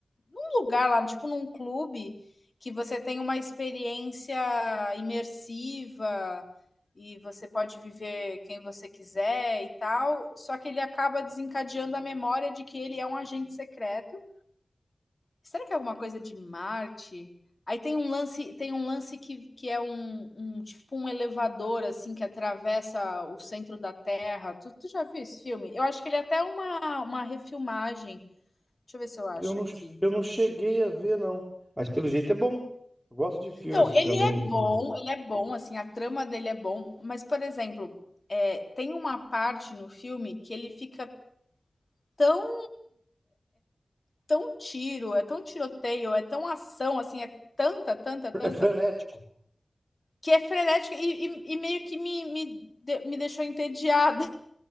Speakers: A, on the left (about 50°); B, in the centre.
A: num lugar lá, tipo num clube, que você tem uma experiência imersiva e você pode viver quem você quiser e tal. Só que ele acaba desencadeando a memória de que ele é um agente secreto. Será que é alguma coisa de Marte? Aí tem um lance, tem um lance que, que é um, um tipo um elevador assim que atravessa o centro da Terra. Tu, tu já viu esse filme? Eu acho que ele é até uma, uma refilmagem. Deixa eu ver se eu acho
B: Eu não,
A: aqui.
B: eu não cheguei a ver, não. Mas pelo jeito é bom. Eu gosto de filme
A: Então,
B: assim
A: ele
B: também.
A: é bom,
B: de- de-
A: ele é bom, assim, a trama dele é bom, mas, por exemplo, é, tem uma parte no filme que ele fica tão, tão tiro, é tão tiroteio, é tão ação, assim, é tanta, tanta, tanta,
B: É frenético.
A: que é frenética e, e, e meio que me, me, me deixou entediada,